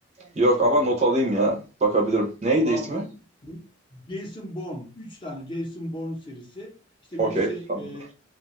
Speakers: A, on the right (about 35°); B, on the left (about 25°).
A: Yok
B: Üçleme.
A: ama not alayım ya. Bakabilirim. Neydi
B: Va-
A: ismi?
B: bu, bu Jason Bourne. Üç tane Jason Bourne serisi. İşte
A: Okey.
B: birisi
A: Tamamdır.
B: e,